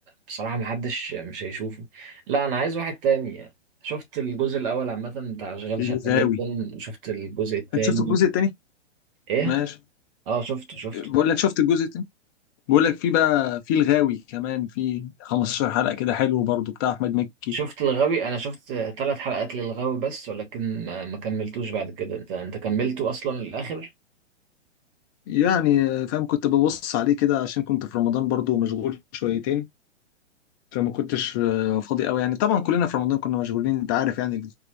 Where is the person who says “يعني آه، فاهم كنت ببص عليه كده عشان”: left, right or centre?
Left